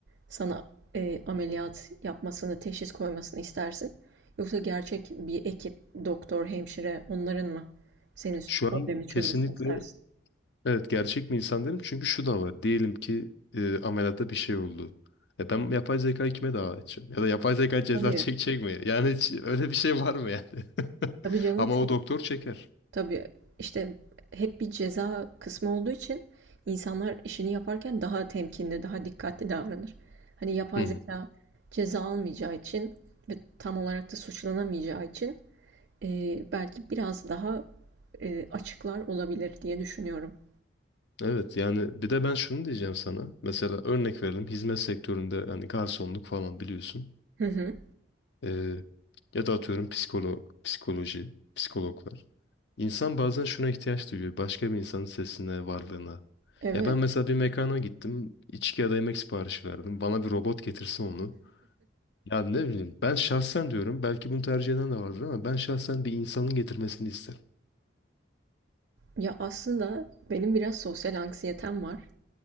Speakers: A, on the right; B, on the left.
A: sana e, ameliyat yapmasını, teşhis koymasını istersin? Yoksa gerçek bir ekip, doktor, hemşire onların mı senin
B: Şu
A: problemi
B: an
A: çözmesini
B: kesinlikle
A: istersin?
B: Evet gerçek mi insan derim çünkü şu da var. Diyelim ki e, ameliyatta bir şey oldu. E ben yapay zekayı kime dava edeceğim? Ya da yapay zeka ceza
A: Tabii,
B: <laughs> çekecek mi? Yani hiç öyle bir şey var mı yani? <laughs>
A: tabii canım
B: Ama
A: çok.
B: o doktor çeker.
A: Tabii işte hep bir ceza kısmı olduğu için insanlar işini yaparken daha temkinli, daha dikkatli davranır. Hani yapay
B: Hı hı.
A: zeka ceza almayacağı için ve tam olarak da suçlanamayacağı için Eee, belki biraz daha, eee, açıklar olabilir diye düşünüyorum.
B: Evet yani bir de ben şunu diyeceğim sana. Mesela örnek verelim hizmet sektöründe hani garsonluk falan biliyorsun.
A: Hı hı.
B: Ee, ya da atıyorum psikolo psikoloji, psikologlar. İnsan bazen şuna ihtiyaç duyuyor. Başka bir insanın sesine, varlığına.
A: Evet.
B: Ya ben mesela bir mekana gittim. içki ya da yemek siparişi verdim. Bana bir robot getirse onu. Ya ne bileyim. Ben şahsen diyorum. Belki bunu tercih eden de vardır ama ben şahsen bir insanın getirmesini isterim.
A: Ya, aslında benim biraz sosyal anksiyetem var.